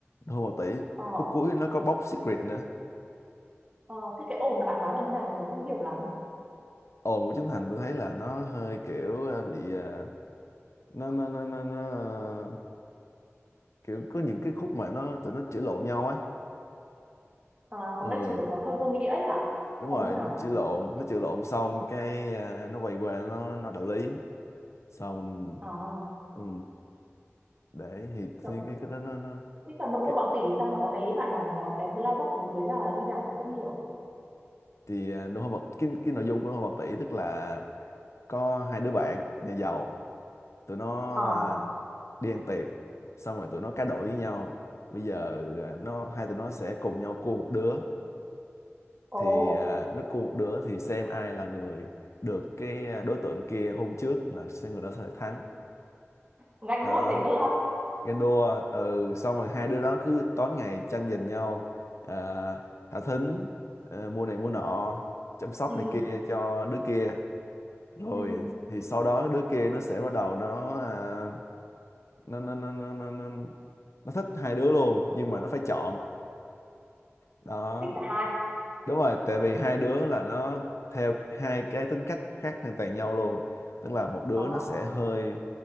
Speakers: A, on the left (about 75°); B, on the right (about 25°).
A: Nô Bộc Tỷ
B: ờ
A: khúc cuối nó có bóc Secret nữa
B: ờ thế cái ồn là bạn nói là như nào nhỉ tôi không hiểu lắm
A: ồn của Trấn Thành tôi thấy là nó hơi kiểu ờ, bị ờ, nó nó nó nó, nó ờ, kiểu có những cái khúc mà nó tụi nó chửi lộn nhau á
B: À, có
A: ừ,
B: cái trình độ nó hơi vô nghĩa ấy hả?
A: đúng
B: Hay
A: rồi
B: là như nào?
A: nó chửi lộn nó chửi lộn xong cái ờ, nó quay qua nó nó đạo lý xong
B: À,
A: ừ, đấy thì,
B: đậu-
A: thì cái, cái đó nó, nó
B: thế cầm đậu
A: cái,
B: không bằng tỷ thì sao mà có cái bạn bảo là có cái black box ở dưới là như nào tôi không hiểu.
A: thì à, nụ hôn bạc cái, cái nội dung của nụ hôn bạc tỷ tức là có hai đứa bạn nhà giàu tụi nó
B: Ờ,
A: à, đi ăn tiệc xong rồi tụi nó cá độ với nhau bây giờ à, nó hai tụi nó sẽ cùng nhau cua một đứa
B: ồ,
A: thì à, nó cua một đứa thì xem ai là người được cái à, đối tượng kia hôn trước là sẽ người đó sẽ thắng
B: nhanh
A: đó
B: luôn thế cơ á.
A: ganh đua ừ xong rồi hai đứa đó cứ tối ngày tranh giành nhau ờ, thả thính ờ, mua này mua nọ chăm sóc
B: Ừ,
A: này kia cho đứa kia rồi
B: ừ,
A: thì sau đó đứa kia nó sẽ bắt đầu nó à, nó, nó, nó nó nó nó nó thích hai đứa luôn nhưng mà nó phải chọn đó
B: thích cả hai.
A: đúng rồi tại vì hai đứa là nó theo hai cái tính cách khác hoàn toàn nhau luôn tức là một đứa
B: Ờ,
A: nó sẽ hơi